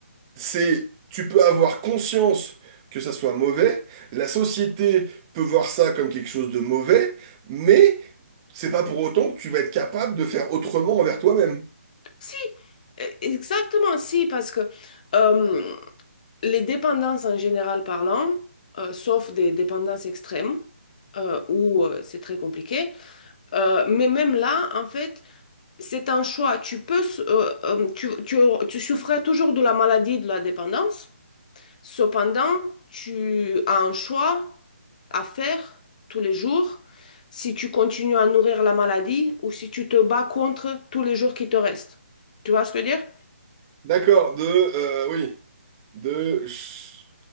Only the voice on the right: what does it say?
c'est, tu peux avoir conscience que ça soit mauvais, la société peut voir ça comme quelque chose de mauvais, mais c'est pas pour autant que tu vas être capable de faire autrement envers toi-même.
D'accord, de, euh, oui, de, ch-